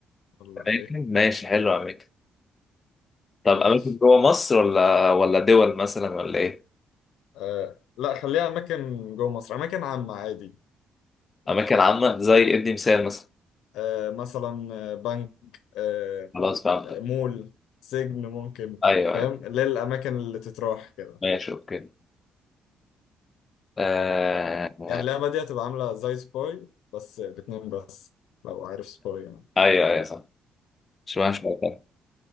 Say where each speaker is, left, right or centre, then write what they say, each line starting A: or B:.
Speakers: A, on the left (about 90°); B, on the left (about 35°).
A: ولا
B: أماكن؟
A: ايه
B: ماشي حلو أماكن طب
A: ماشي
B: اماكن جوه مصر ولا ولا دول مثلا ولا ايه
A: آه لا خليها اماكن جوه مصر اماكن عامه عادي يعني
B: اماكن عامه زي ادي مثال مثلا
A: آه مثلا آه، بنك آه
B: خلاص فهمتك
A: آه، مول سجن ممكن
B: ايوه
A: فاهم
B: ايوه
A: اللي هي الاماكن اللي تتراح كده
B: ماشي اوكي آه... آه،
A: يعني اللعبه دي هتبقى عامله زي سباي بس باتنين بس لو عارف سباي يعني
B: ايوه ايوه صح مش معنى شويه تاني.